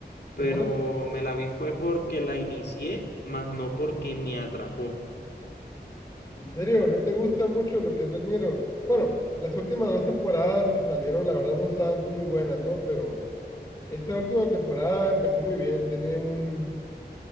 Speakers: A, on the left; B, on the left.
A: pero
B: Ajá.
A: me la vi fue porque la inicié, más no porque me atrapó.
B: ¿En serio? ¿No te gusta mucho lo que es Black Mirror? Bueno, las últimas dos temporadas que salieron, la verdad, no estaban muy buenas, ¿no? Pero esta última temporada empezó muy bien. Tiene un,